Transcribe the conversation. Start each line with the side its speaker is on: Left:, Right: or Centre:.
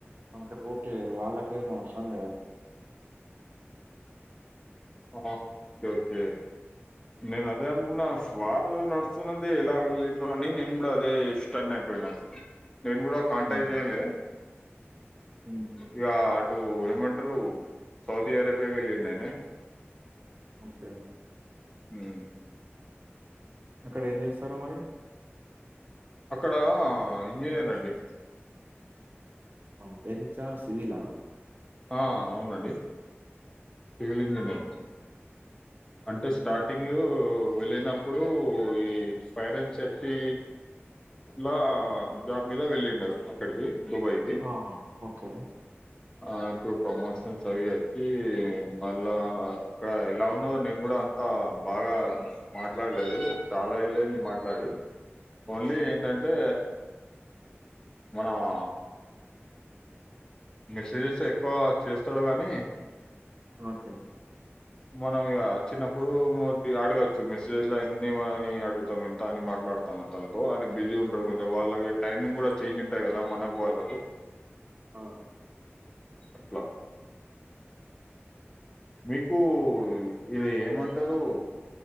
Right: మనకి రూట్ లేదు వాళ్ళకే అవసరం లే
Left: ఆహా ఓకే మేము అదే అనుకున్నా వారు నడుస్తున్నది ఎలా వెళ్ళిండో అని నేను కూడా అదే ఇష్టాన్ని అయిపోయిన ఇప్పుడు నేను గూడా కాంటాక్ట్
Right: హ్మ్.
Left: చేయన్ లె
Right: హుహు.
Left: ఇగ టు ఏమంటారు సౌదీ అరేబియా వెళ్ళింది ఆమె
Right: ఓకే
Left: మ్మ్
Right: అక్కడ ఏం చేస్తారు మరి
Left: అక్కడ ఇంజనీరండి
Right: అందెనిచ్చా సివిలా
Left: ఆ అవునండి సివిల్ ఇంజనీర్ అంటే స్టార్టింగ్
Right: ఓకే.
Left: వెళ్ళినప్పుడు ఈ ఫైర్ అని చెప్పి ఇలా జాబ్ మీద వెళ్ళిండు అక్కడికి దుబాయ్‌కి.
Right: ఆహా ఓకే
Left: ఆ ఇప్పుడు ప్రమోషన్స్ అవి వచ్చి, మళ్ళా అక్కడ ఎలా ఉన్నదో నేను కూడ్ అంతా బాగా మాట్లాడలేదు, చాలా ఎల్లయింది మాట్లాడి. ఓన్లీ ఎందంటే మన ఆ మెసేజెస్ ఏ ఎక్కువ చేస్తాడు గానీ
Right: ఓకే.
Left: మనం ఇగ చిన్న. ఇప్పుడు మన్ అడగచ్చు మెస్సేజెస్ లో ఎ అని అడుగుతాం. ఎంత అని మాట్లాడతాం, ఎంత అని బిజీ ఉంటాడు కొంచెం. వాళ్ళకి టైమింగ్ కూడా చేంజ్ ఉంటాయి కదా. మనకు వాళ్ళకు
Right: ఆ!
Left: అట్లా మీకు ఇది ఏమంటారు.